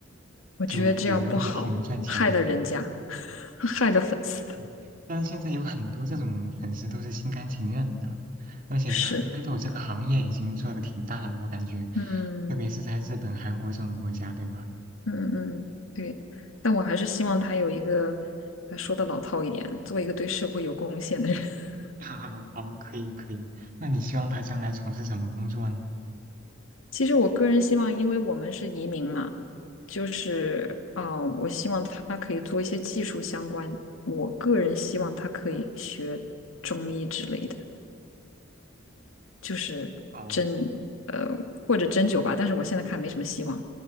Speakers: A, on the left (about 80°); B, on the right (about 40°).
A: 我觉得这样不好，
B: 就也能也挺能赚钱的。
A: 害了人家，<laughs> 害了粉丝。
B: 嗯但是现在有很多这种粉丝都是心甘情愿的，而且哈爱豆这个行业已经做的挺大了，
A: 是，
B: 我感觉，
A: 嗯。
B: 特别是在日本、韩国这种国家，对吧？
A: 嗯嗯嗯，对，但我还是希望他有一个，呃，说的老套一点，做一个对社会有贡献的人。<laughs>
B: <laughs> 好，可以可以。那你希望他将来从事什么工作呢？
A: 其实我个人希望，因为我们是移民嘛，就是啊、呃我希望他可以做一些技术相关。我个人希望他可以学中医之类的，就是针，
B: 哦，
A: 呃，或者针灸吧。但是我现在看没什么希望，